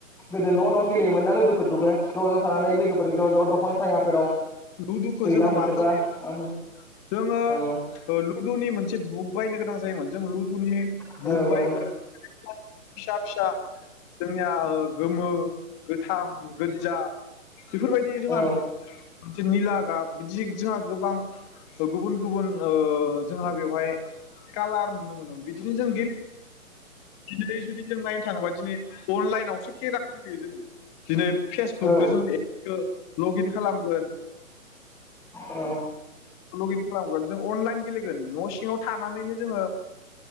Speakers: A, in the centre; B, on the left.
A: गोदो न-न गेलेयोमोन ना लुदुफोरखौबो ज ज थानानै लोगोफोर फोरजों ज' ज' दंफां सायाफोराव
B: लुदुखौ
A: दैज्लां
B: जोंङो
A: बोथोरबा
B: मा खालायोमोन
A: औ
B: जोंङो
A: औ
B: लुदुनि मोनसे बुक बायनो गोनां जायोमोन जों लुदुनि
A: औ
B: बुक
A: औ
B: बायगोन
A: औ
B: फिसा-फिसा। जोंनिया गोमो गोथां गोज्जा बेफोरबायदि जोंहा
A: औ
B: मोनसे निला गाब बिदि जोंहा गोबां गुबुन-गुबुन ओ जोंहा बेवहाय कालार नुनो मोनोन बिदिनो जों गेले दिनै जुदि जों नायनो थांङोबा दिनै अनलाइनावसो खेला गेलेयो जोंङो। दिनै फेसबुकदो
A: औ
B: जोंङो एपसखौ लगिन खालामगोन।
A: औ
B: लगिन खालामगोन जों अनलाइन गेलेगोन न सिङाव थानानैनो जोंङो